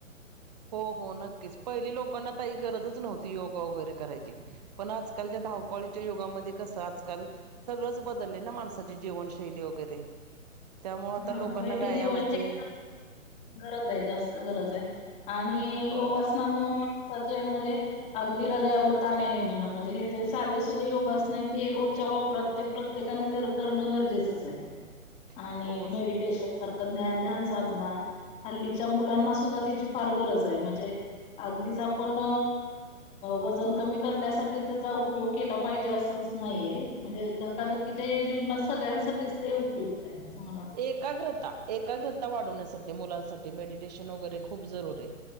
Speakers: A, on the right; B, on the left.
A: हो हो नक्कीच. पहिली लोकांना ताई गरजच नव्हती योगा वगैरे करायची. पण आजकालच्या धावपळीच्या युगामध्ये कसं आजकाल. सगळंच बदललंय ना माणसाची जीवनशैली वगैरे. त्यामुळ आता
B: हा
A: लोकांना
B: बैठी
A: व्यायामाची.
B: जीवनशैली गरज आहे. जास्त गरज आहे आणि
A: हो
B: योगासनामुळ <inaudible> म्हणजे. अगदी हृदयावर तान येणे म्हणा. म्हणजे हे जे साधे सुुधे योगासन ते रोजच्या वापरात ते प्रत्ये ते करणं गरजेचंच आहे.
A: <inaudible>
B: आणि
A: हो
B: मेडिटेशन सारखं ज्ञान ध्यान साधना. हल्लीच्या मुलांना सुद्धा त्याची फार गरज आहे, म्हणजे अगदीच आपण वजन कमी करण्यासाठी त्याचा उपयोग केला पाहिजे असंच नाहीये. म्हणजे धकाधकीचे ह्या जीवनात सगळ्यांसाठीच ते उपयुक्त आहे असं मला वाटतं.
A: एकाग्रता एकाग्रता वाढवण्यासाठी मुलांसाठी मेडिटेशन वगैरे खूप जरुरी आहे.